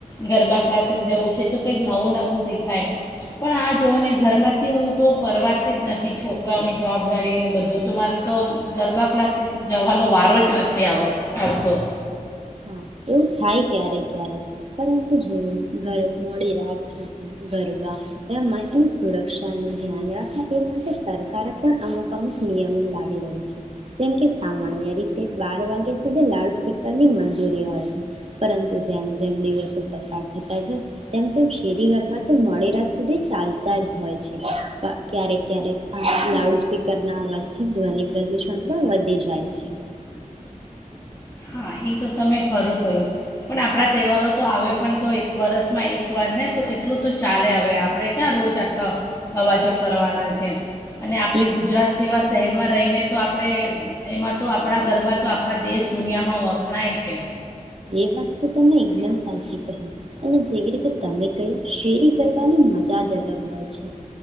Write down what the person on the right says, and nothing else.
હા એવું થાય, ક્યારેક ક્યારેક, પરંતુ જોવોને ગર મોડી રાત સુધી ગરબા <unintelligible> અને સુરક્ષાનું ધ્યાન રાખવા તે માટે સરકારે પણ અમુક અમુક નિયમો લાવી રહી છે, જેમકે સામાન્ય રીતે બાર વાગ્યા સુધી લાઉડ સ્પીકરની મંજૂરી હોય છે. પરંતુ જેમ જેમ દિવસો પસાર થતા છે, તેમ તેમ શેરી ઘરમાં તો મોડી રાત સુધી ચાલતા જ હોય છે પણ ક્યારેક ક્યારેક આ લાઉડ સ્પીકર ના અવાજથી ધ્વનિ પ્રદુષણ પણ વધી જાય છે.
એ
એ વાત તો તમે એકદમ સાચી કહી અને જેવી રીતે તમે કહ્યું, શેરી ગરબા ની મજા જ અલગ હોય છે